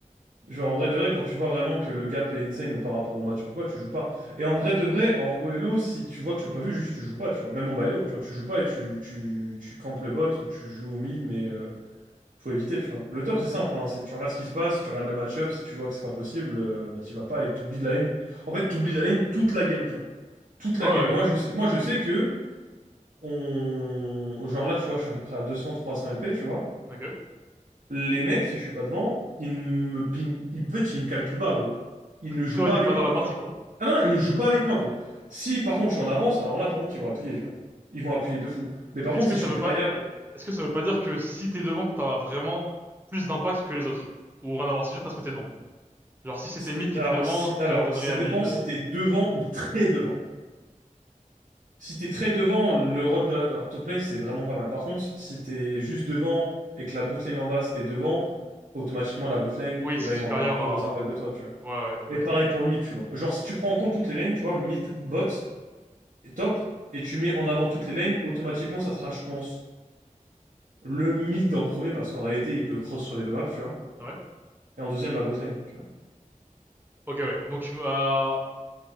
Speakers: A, on the right; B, on the right.
A: Genre, en vrai de vrai, quand tu vois vraiment que le gap est insane ou par rapport au match, pourquoi tu joues pas? Et en vrai de vrai, en OLO, si tu vois que tu peux pas jouer, juste tu joues pas, tu vois. Même en ByLo, tu vois, tu joues pas et tu, tu, tu campes le bot ou tu joues au mid, mais euh, faut éviter, tu vois. Le top, c'est simple, hein, c'est tu regardes ce qui se passe, tu regardes le match-up, si tu vois que c'est pas possible, euh, bah t'y vas pas et t'oublies de la lane. En fait, t'oublies de la lane toute la game, tu vois. Toute la
B: Ouais,
A: game. Moi, je sais, moi, je sais que. on... Genre là, tu vois, je suis à peu près à 200-300 LP, tu vois.
B: ouais, ok.
A: Les mecs, si je suis pas devant, ils me ping... Ils... En fait, ils me calculent pas, gros. Ils ne jouent
B: Toi,
A: pas
B: t'es
A: avec
B: pas
A: moi.
B: dans la
A: Non,
B: partie,
A: mais- euh,
B: quoi.
A: Ah non, ils ne jouent pas avec moi, gros. Si, par contre, je suis en avance, alors là, par contre, ils vont appuyer, tu vois. Ils vont appuyer de fou. Mais par
B: Et
A: contre,
B: Est-ce que
A: si
B: ça
A: je suis
B: veut
A: derrière...
B: pas, est-ce que ça veut pas dire que si t'es devant, t'as vraiment plus d'impact que les autres? Ou rien à voir, c'est juste parce que t'es devant. Genre, si c'était
A: si t'es-
B: mid qui
A: alors,
B: était devant,
A: si... alors,
B: tu donnerais
A: ça
B: à
A: dépend
B: mid.
A: si
B: euh,
A: t'es devant ou très devant. Si t'es très devant, le rôle de la... alors, top lane, c'est vraiment pas mal. Par contre, si t'es juste devant et que la bot lane en face est devant, automatiquement, la bot lane,
B: Oui,
A: eh
B: c'est
A: ben, ils
B: supérieur
A: vont avoir un plus
B: à...
A: gros impact de toi, tu vois.
B: Ouais, ouais,
A: Et
B: ouais,
A: pareil
B: ok.
A: pour le mid, tu vois. Genre, si tu prends en compte toutes les lanes, tu vois, mid, bot, et top, et tu mets en avant toutes les lanes, automatiquement, ça sera, je pense, le mid en premier, parce qu'en réalité, il peut cross sur les deux maps, tu vois.
B: Ouais.
A: Et en deuxième, la bot lane, tu vois.
B: Ok, ouais. Donc, euh,